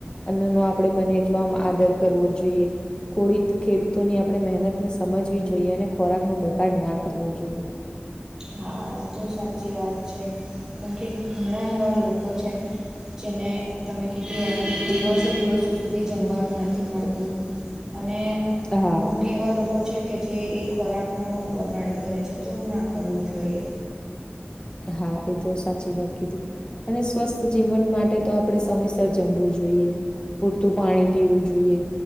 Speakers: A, on the left; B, on the right.
A: અન્નનો આપણે બને એટલો આદર કરવો જોઈએ. ખેડૂતોની આપણે મહેનતને સમજવી જોઈએ અને ખોરાકનો બગાડ ન કરવો જોઈએ.
B: હા, એ તો તમે સાચી વાત કહી, કારણ કે ઘણા એવા લોકો છે જેને તમે કહ્યું એમ, ઘણા લોકો એવા છે જેમને દિવસો સુધી જમવાનું પણ મળતું નથી. અને
A: હા
B: અમુક એવા લોકો છે જે ખોરાકનો બગાડ કરે છે, પરંતુ એવું ન કરવું જોઈએ. કરવું જોઈએ.
A: હા, એ તો સાચી વાત કીધી. અને સ્વસ્થ જીવન માટે તો આપણે સમયસર જમવું જોઈએ. પૂરતું પાણી પીવું જોઈએ.